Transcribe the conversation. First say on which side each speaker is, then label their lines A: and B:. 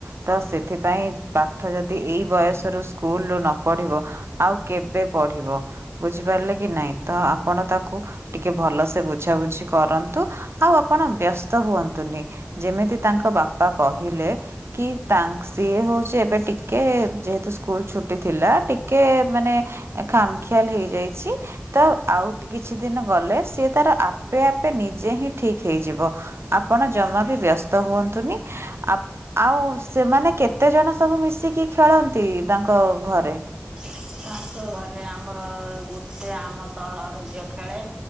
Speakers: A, on the right; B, on the right.
A: ତ ସେ ଏଥିପାଇଁ ପାଠ ଯଦି ଏଇ ବୟସରୁ ସ୍କୁଲ୍ରୁ ନ ପଢ଼ିବ ଆଉ କେବେ ପଢ଼ିବ? ବୁଝିପାରିଲେ କି ନାଇଁ ତ ଆପଣ ତାକୁ ଟିକେ ଭଲସେ ବୁଝାବୁଝି କରନ୍ତୁ ଆଉ ଆପଣ ବ୍ୟସ୍ତ ହୁଅନ୍ତୁନି। ଯେମିତି ତାଙ୍କ ବାପା କହିଲେ କି ତା ସିଏ ହେଉଛି ଏବେ ଟିକେ ଯେହେତୁ ସ୍କୁଲ ଛୁଟି ଥିଲା ଟିକେ ମାନେ ଖାମଖିଆଲ ହେଇଯାଇଛି ତ ଆ ଆଉ କିଛି ଦିନି ଗଲେ ସିଏ ତାର ଆପେ ଆପେ ନିଜେ ହିଁ ଠିକ ହେଇଯିବ। ଆପଣ ଜମା ବି ବ୍ୟସ୍ତ ତ ହୁଅନ୍ତୁନି ଆ ଆଉ ସେମାନେ କେତେ ଜଣ ସବୁ ମିଶିକି ଖେଳ ନ୍ତି ତାଙ୍କ ଘରେ?
B: ତାଙ୍କ ଘରେ ଆମର ଗୋଟେ ଆମ ତଳର ଝିଅ ଖେଳେ।